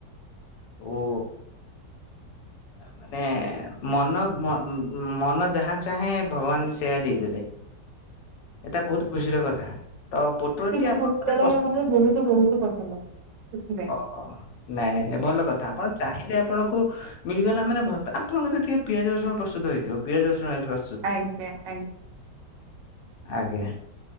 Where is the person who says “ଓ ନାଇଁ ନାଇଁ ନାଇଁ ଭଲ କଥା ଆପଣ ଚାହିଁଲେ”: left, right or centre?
Left